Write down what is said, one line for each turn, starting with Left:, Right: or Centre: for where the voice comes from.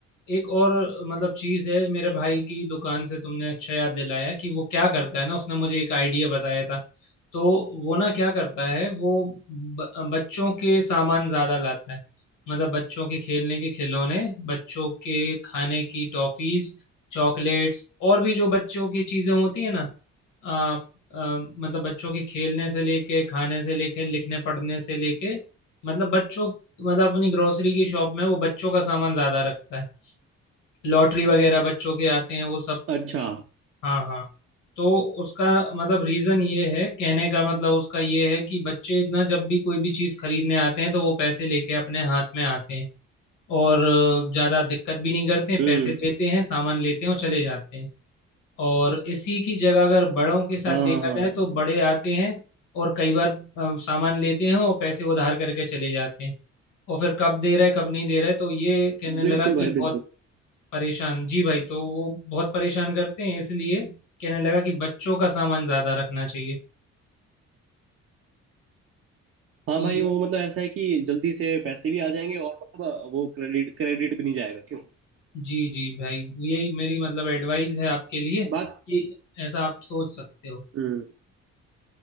Left: एक और मतलब चीज़ है मेरे भाई की दुकान से तुमने अच्छा याद दिलाया कि वो क्या करता है ना उसने मुझे एक आइडिया बताया था तो वो ना क्या करता है वो ब, बच्चों के सामान ज़्यादा लाता है मतलब बच्चों के खेलने के खिलौने बच्चों के खाने की टॉफ़ीज़ चॉकलेट्स और भी जो बच्चों की चीज़ें होती है ना आ, आ, मतलब बच्चों के खेलने से लेके खाने से लेके लिखने पढ़ने से लेके मतलब बच्चों मतलब अपनी ग्रोसरी की शॉप में वो बच्चों का सामान ज्यादा रखता है लॉटरी वगैरह बच्चों के आते हैं वो सब
Right: अच्छा
Left: हाँ हाँ तो उसका मतलब रीजन ये है कहने का मतलब उसका ये है कि बच्चे ना जब भी कोई भी चीज खरीदने आते हैं तो वो पैसे लेके अपने हाथ में आते हैं और अ, ज्यादा दिक्कत भी नहीं करते हैं
Right: हम्म
Left: पैसे देते हैं सामान लेते हैं और चले जाते हैं और इसी की जगह अगर बड़ों के साथ
Right: हाँ
Left: देखा
Right: हाँ हाँ,
Left: जाए तो बड़े आते हैं और कई बार अ, सामान लेते हैं और पैसे उधार करके चले जाते हैं और फिर कब दे रहे कब नहीं दे रहे तो ये कहने लगा
Right: बिल्कुल
Left: कि
Right: भाई
Left: बहुत
Right: बिल्कुल
Left: परेशान जी भाई तो वो बहुत परेशान करते हैं इसलिए कहने लगा कि बच्चों का सामान ज्यादा रखना चाहिए
Right: हाँ
Left: ये
Right: भाई वो मतलब ऐसा है कि जल्दी से पैसे भी आ जाएंगे और मतलब वो क्रेडिट क्रेडिट भी नहीं जाएगा क्यों
Left: जी जी भाई यही मेरी मतलब एडवाइस है आपके लिए कि
Right: बाकी
Left: ऐसा आप सोच सकते हो
Right: हम्म